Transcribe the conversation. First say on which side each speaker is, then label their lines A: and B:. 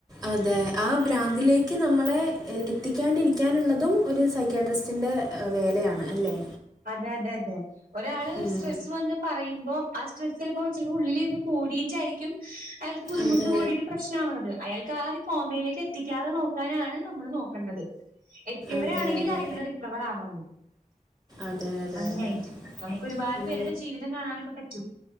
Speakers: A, on the right; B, on the right.
A: അതെ ആ പ്രാന്തിലേക്കു നമ്മളെ എത്തിക്കാണ്ടിരിക്കാനുള്ളതും ഒരു സൈക്യാട്രിസ്റ്റിൻ്റെ അ വേലയാണ് അല്ലേ
B: അതെ അതെ അതെ ഒരാള് ഒരു
A: ഉം.
B: സ്ട്രെസ്സ് വന്ന് പറയുമ്പോ ആ സ്ട്രെസ്സിൽ ഇപ്പൊ ചിലപ്പോ ഉള്ളിൽ ഇരുന്ന് കൂടിയിട്ടായിരിക്കും ക്കും അയാൾക്ക് ബുദ്ധിമുട്ട്
A: അതെ
B: കൂടിയിട്ട് പ്രശ്നാവണത് അയാൾക്ക് ആ ഒരു കോമയിലേക്ക് എത്തിക്കാതെ നോ <unintelligible> നമ്മൾ നോക്കേണ്ടത് എത്തിയവരാണെങ്കിലും
A: അതെ അതെ അതെ
B: അതിൽന്ന് റിക്കവർ ആവാനും
A: അതെ അതെ
B: അങ്ങനെയായിറ്റ്
A: അതെ
B: നമുക്ക് ഒരുപാട്
A: ഉം.
B: പേരുടെ ജീവിതം കാണാനൊക്കെ പറ്റും